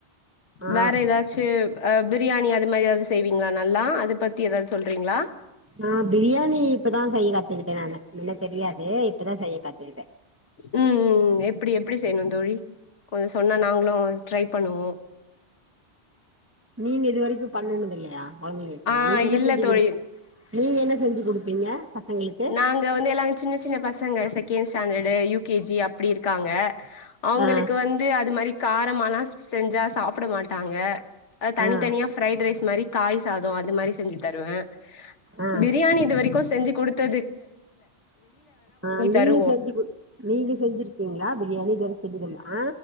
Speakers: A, on the right; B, on the left.
A: ஆ
B: வேற ஏதாச்சு அ பிரியாணி அது மாரி ஏதாவது செய்வீங்ளா நல்லா அது பத்தி ஏதாவது சொல்றீங்ளா
A: ஆ பிரியாணி இப்பதா செய்ய கத்துக்கிட்டே நானு முன்ன தெரியாது இப்பதா செய்ய கத்துக்கிட்டே
B: உம் உம் எப்டி எப்டி செய்யணு தோழி கொஞ்ச சொன்னா நாங்களு ட்ரை பண்ணுவோ
A: நீங்க இது வரைக்கு பண்ண இல்லையா அவுங்க
B: ஆ
A: நீங்க என்ன
B: இல்ல
A: செஞ்சு
B: தோழி
A: குடு நீங்க என்ன செஞ்சு குடுப்பீங்க பசங்களுக்கு
B: நாங்க வந்து எல்லா சின்ன சின்ன பசங்க second standard U K G அப்டி இருக்காங்க அவுங்களுக்கு
A: ஆ
B: வந்து அது மாரி காரமானா செஞ்சா சாப்ட மாட்டாங்க தனி
A: ஆ
B: தனியா ஃபிரைட் ரைஸ் மாரி காய் சாதோ அது மாரி செஞ்சு தருவே
A: ஆ
B: பிரியாணி இது வரைக்கு செஞ்சு குடுத்
A: ஆ நீங்க
B: தருவோ
A: செஞ்சு குடு நீங்க செஞ்சிருக்கீங்ளா பிரியாணி இதுவரையு செஞ்சதில்ல ஆ